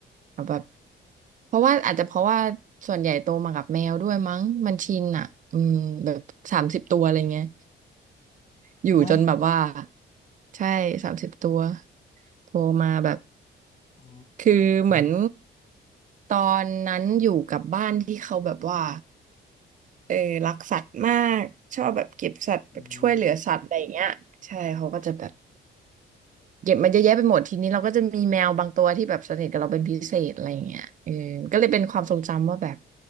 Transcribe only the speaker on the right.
แบบเพราะว่าอาจจะเพราะว่าส่วนใหญ่โตมากับแมวด้วยมั้งมันชินอ่ะอืมแบบสามสิบตัวอะไรเงี้ยอยู่จนแบบว่า
ใช่สามสิบตัวโตมาแบบ
คือเหมือนตอนนั้นอยู่กับบ้านที่เขาแบบว่า เออรักสัตว์มากชอบแบบเก็บสัตว์แบบช่วยเหลือสัตว์อะไรอย่างเงี้ยใช่เขาก็จะแบบ
เก็บมาเยอะแยะไปหมดทีนี้เราก็จะมีแมวบางตัวที่แบบสนิทกับเราเป็นพิเศษอะไรอย่างเงี้ยเออก็เลยเป็นความทรงจำว่าแบบ